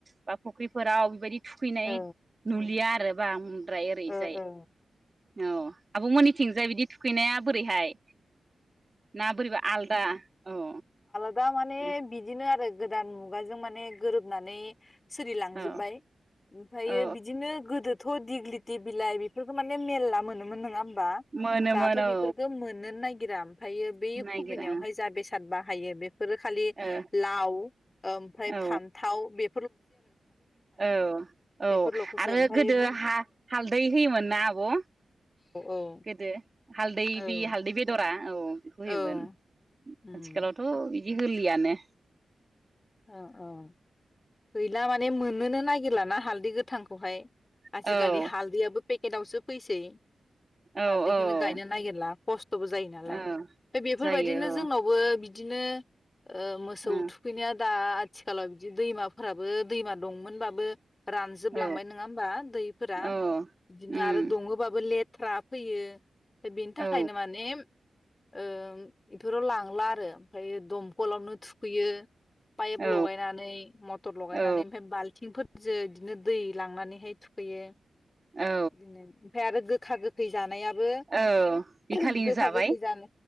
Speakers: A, on the right (about 40°); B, on the left (about 40°).
A: बा फख्रिफोराव बेबायदि थुखैनाय
B: ओ
A: नुलिया आरो। बा उम द्राय ओरैजाय
B: ओ ओ
A: औ आब'मोननिथिंजाय बिदि थुखैनाया बोरैहाय? ना बोरैबा आलदा औ
B: दा माने
A: दे
B: बिदिनो आरो गोदान मुगाजों माने गोरोबनानै सोलिलांजोबबाय
A: औ
B: ओमफायो
A: औ
B: बिदिनो गोदो थ दिग्लिथि बिलाइ बेफोरखौ माने मेरला मोनोमोन नङा बा
A: मोनोमोन
B: दाथ'
A: औ
B: बेफोरखो मोननोनो नागिर जाम फायो बै खुबिदायावहाय
A: नायगिरा
B: जा बेसाद बा हायो बे फोरो खालि
A: ओ
B: लाव ओमफ्राय
A: औ
B: फान्थाव बे
A: औ
B: बेफोरल'खौसो
A: औ आरो
B: ओमफ्राय
A: गोदो
B: बै
A: हा हालदै होयोमोन ना आब'
B: अ औ
A: गोदो हालदै
B: औ
A: बि हालदै बेदरा औ बेखौ
B: औ
A: होयोमोन
B: उम
A: आथिखालावथ' बिदि बिहोलियानो
B: अ औ गैला माने मोननोनो नागिरलाना हाल दि गोथांखौहाय
A: आरो
B: आजिखालि
A: औ
B: हालदैयाबबो पेकेटआवसो फैसै
A: औ
B: हालदैखोनो
A: औ
B: गायनो नागिरला खस्थ'बो जायो नालाय
A: औ
B: बेफोरबायदिनो
A: जायो
B: जोंनावबो बि बिदिनो ओ मोसौ
A: औ
B: थुखैनो दा आथिखालाव बिदि दैमाफोराबो दैमा दंमोनबाबो रानजोबलांबाय
A: औ
B: नोङा होमबा दैफोरा
A: औ
B: बिदिनो
A: उम
B: आरो दङोबाबो लेट थ्रा फैयो दा बेनि थाखायनो
A: औ
B: माने ओम बेफोराव लांला आरो ओमफ्राय दमखलावनो थुखैयो पाइप
A: औ
B: लगायनानै मथर लगायनानै
A: औ
B: ओमफ्राय बाल्थिंफोर जो बिदिनो दै लांनानैहाय थुखैयो बिदिनो
A: औ
B: ओमफ्राय आरो गो गोखा गोखै जानायाब बो
A: औ बे खालिनो
B: गोखा
A: जाबाय
B: गोखै जान